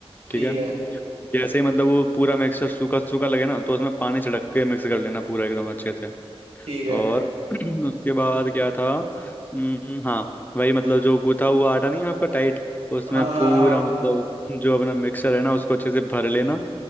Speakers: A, on the right; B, on the left.
A: ठीक
B: ठीक है
A: है
B: जैसे ही मतलब वो पूरा मिक्सचर सूखा सूखा लगे ना तो उसमें पानी छिड़क के मिक्स कर लेना पूरा एकदम अच्छे से
A: ठीक है
B: और <clears throat> उसके बाद क्या था हम्म, हाँ वही मतलब जो गूथा हुआ आटा नहीं है आपका टाइट उसमें
A: हाँ हाँ
B: पूरा
A: हाँ हाँ,
B: मतलब जो अपना मिक्सर है ना उसको अच्छे से भर लेना